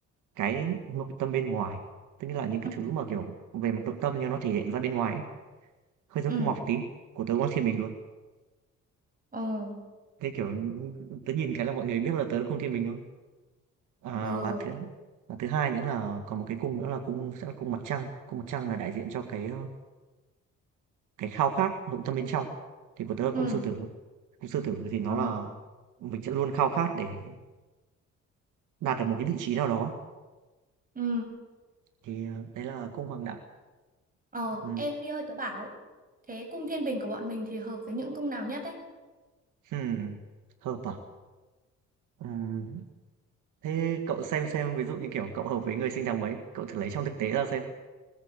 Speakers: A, on the right (about 80°); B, on the right (about 30°).
A: cái nội tâm bên ngoài, tức là những cái
B: ừ,
A: thứ mà, kiểu, về mặt nội tâm nhưng nó thể hiện ra bên ngoài ấy, hơi giống
B: ừ,
A: cung mọc tí, của tớ Quang Thiên Bình luôn.
B: ờ,
A: Thế, kiểu, tớ nhìn cái là mọi người biết là tớ cung Thiên Bình luôn À,
B: ờ,
A: và thứ và thứ hai nữa là còn một cái cung nữa là cung sẽ là cung mặt trăng, cung mặt trăng là đại diện cho cái, ơ, cái khao khát nội tâm bên trong, thì của tớ là
B: ừ,
A: cung Sư Tử. Cung Sư Tử thì nó
B: ờ,
A: là mình sẽ luôn khao khát để đạt được một cái vị trí nào đó,
B: ừ,
A: thì, ờ, đấy là cung Hoàng đạo.
B: ờ.
A: Ừm.
B: Ê, Vi ơi, tớ bảo, thế cung thiên bình của bọn mình thì hợp với những cung nào nhất đấy?
A: Ừm, hợp à? Ừm, thế cậu xem xem, ví dụ như, kiểu, cậu hợp với người sinh tháng mấy, cậu thử lấy trong thực tế ra xem.